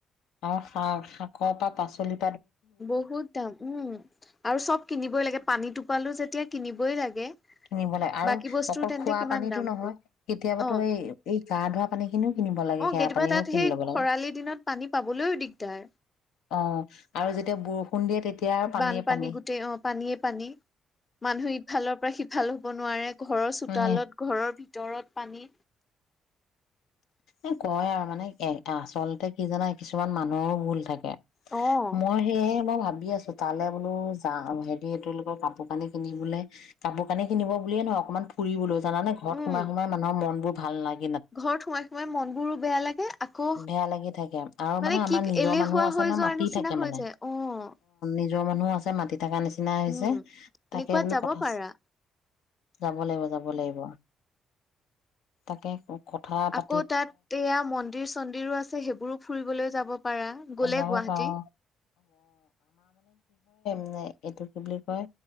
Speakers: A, on the left; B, on the left.
A: আসা শাক পা পাচলি
B: বহুত দাম উম আৰু চব কিনিবই লাগে পানী টোপালো যেতিয়া কিনিবই লাগে৷
A: কিনিব লাগে আৰু
B: বাকী বস্তুৰ
A: অকল
B: তেন্তে
A: খোৱা
B: কিমান
A: পানীটো
B: দাম
A: নহয়
B: হ'ব
A: কেতিয়াবাতো
B: অ
A: এই - এই গা ধোৱা পানী খিনিও কিনি অ বেয়া
B: কেতিয়াবা
A: পানীও
B: তাত
A: কিনি
B: সেই
A: লব
B: খৰালি
A: লাগে
B: দিনত পানী পাবলৈও দিগদাৰ
A: অ আৰু যেতিয়া বৰষুণ দিয়ে তেতিয়া আৰু পানীয়ে
B: বানপানী
A: পানী
B: গোটেই অ পানীয়ে পানী মানুহ ইফালৰ পৰা সি ভালো হ'ব নোৱাৰে ঘৰৰ চোতালত
A: উম
B: ঘৰৰ ভিতৰত দৰত পানী
A: এ কয় আৰু মানে এ আচলতে কি জানা কিছুমান মানুহৰো ভুল থাকে৷
B: অ',
A: মই সেয়ে মই ভাবি আছো তালে বোলো যা হেৰি এইটো লোকৰ কাপোৰ কানি কিনি বোলে কাপোৰ কানি কিনিব বুলিয়ে নহয় অকনমান ফুৰিবলৈ জানানে ঘৰত
B: উম,
A: সোমাই সোমাই মানুহ মন বোৰ ভাল লাগে
B: ঘৰত সোমাই সোমাই মন বোৰো বেয়া লাগে আকৌ
A: বেয়া লাগি থাকে আৰু
B: মানে
A: আমাৰ
B: কি
A: নিজৰ
B: এলেহুৱা
A: মানুহো আছে
B: হৈ
A: ন
B: যোৱাৰ
A: মাতি
B: নিচিনা
A: থাকে
B: হৈ
A: মানে
B: যায়, অ!
A: নিজৰ মানুহ আছে মাটিত ডেকা নিচিনা হৈছে
B: উম। তেনেকুৱাত
A: তাকে বোলো
B: যাব
A: কথা
B: পাৰা।
A: যাব লাগিব যাব ব লাগিব তাকে কথা পা
B: আক' তাত এয়া মন্দিৰ চন্দিৰো আছে সেইবোৰো ফুৰিবলৈ যাব পাৰা গলে
A: যাব
B: গুৱাহাটী৷
A: পাৰো এ এইটো কি বুলি কয়